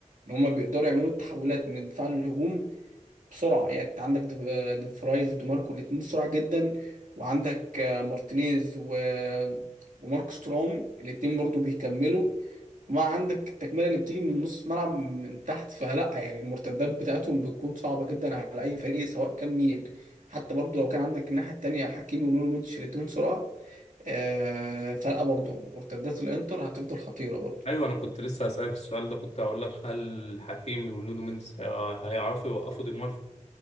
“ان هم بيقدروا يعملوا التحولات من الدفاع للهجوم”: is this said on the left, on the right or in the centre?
Right